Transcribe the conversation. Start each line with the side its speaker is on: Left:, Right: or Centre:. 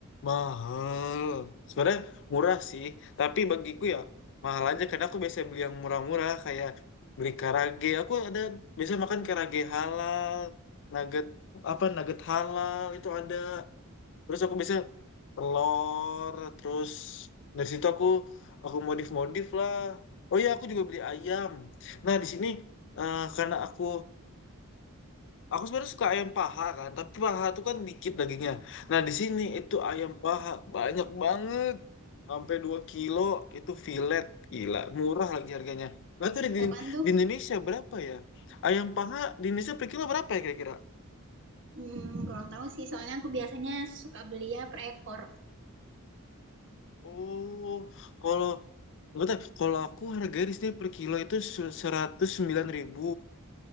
Left: mahal. Sebenarnya murah sih, tapi bagiku ya mahal aja karena aku biasa beli yang murah-murah kayak beli karage. Aku ada biasa makan karage halal, nugget apa nugget halal itu ada terus aku biasanya telur terus dari situ aku aku modif modif lah oh iya aku juga beli ayam nah di sini eh, karena aku aku sebenarnya suka ayam paha kan tapi paha tuh kan dikit dagingnya nah di sini itu ayam paha banyak banget sampai dua kilo itu fillet gila murah lagi harganya nggak tahu di,
Right: berapaan tuh?
Left: di Indonesia berapa ya ayam paha di Indonesia per kilo berapa ya kira-kira
Right: Hmm, kurang tahu sih. Soalnya aku biasanya suka beli ya per ekor.
Left: Oh, kalau nggak tahu, kalau aku harga di sini per kilo itu se- seratus sembilan ribu.